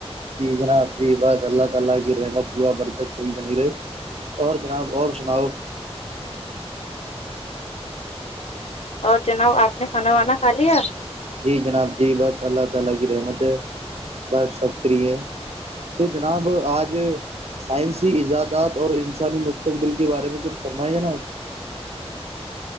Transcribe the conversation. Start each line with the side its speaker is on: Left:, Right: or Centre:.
Right: اپ کی اواز اللہ تعالی کی نعمت دعا برتری بنی رہی اور جناب اور سناؤ
Left: اور جناب آپ نے کھانا وانا کھا لیا
Right: جی جناب جی بس اللہ تعالی کی رحمت ہے ہے تو جناب آج سائنسی ایجادات اور انسانی مست اسستقبل کے بارے میں کچھ کرمنا ہے ناب